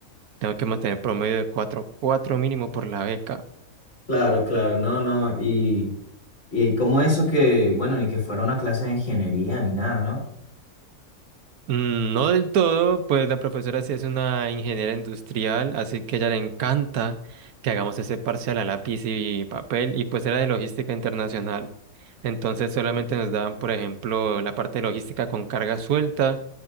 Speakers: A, on the right; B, on the left.
A: tengo que mantener promedio de cuatro punto cuatro mínimo por la beca.
B: Claro, claro, no, no. Y, y como eso que, bueno, ni que fuera una clase de ingeniería ni nada, ¿no?
A: Mm, No del todo, pues la profesora sí es una ingeniera industrial, así que a ella le encanta que hagamos ese parcial a lápiz y papel, y pues era de logística internacional. Entonces solamente nos daban, por ejemplo, la parte de logística con carga suelta,